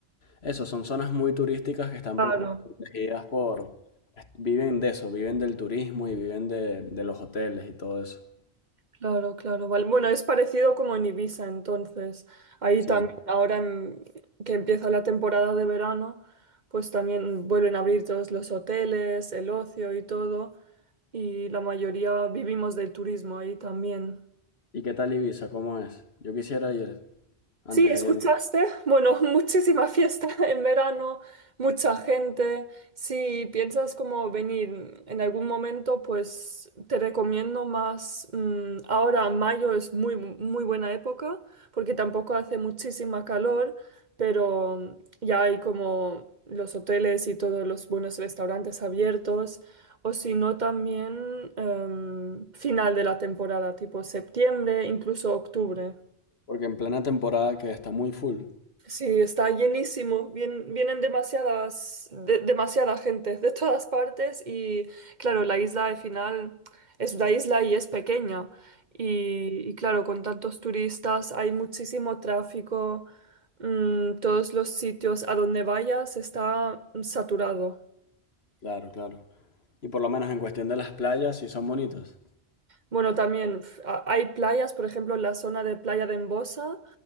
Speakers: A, on the left; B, on the right.
A: eso, son zonas muy turísticas que están
B: Claro.
A: pro- protegidas por, viven de eso, viven del turismo y viven de, de los hoteles y todo eso.
B: Claro, claro, vale. Bueno, es parecido como en Ibiza, entonces. Ahí
A: Sí.
B: también, ahora en- que empieza la temporada de verano, pues también vuelven a abrir todos los hoteles, el ocio y todo. Y la mayoría vivimos del turismo ahí también.
A: ¿Y qué tal Ibiza? ¿Cómo es? Yo quisiera ir antes
B: Sí, escuchaste.
A: de ir,
B: Bueno, <laughs> muchísima fiesta en verano, mucha gente. Si piensas como venir en algún momento, pues te recomiendo más. mm, ahora mayo es muy, muy buena época porque tampoco hace muchísima calor, pero ya hay como los hoteles y todos los buenos restaurantes abiertos. O si no, también em, final de la temporada, tipo septiembre, incluso octubre.
A: porque en plena temporada que está muy full.
B: Sí, está llenísimo. Vien- vienen demasiadas, de- demasiada gente de todas partes y claro, la isla al final es una isla y es pequeña. Y, y, claro, con tantos turistas hay muchísimo tráfico. mm, todos los sitios a donde vayas está saturado.
A: Claro, claro. Y por lo menos en cuestión de las playas sí son bonitas.
B: Bueno, también f- a- hay playas, por ejemplo, la zona de Playa de Embosa,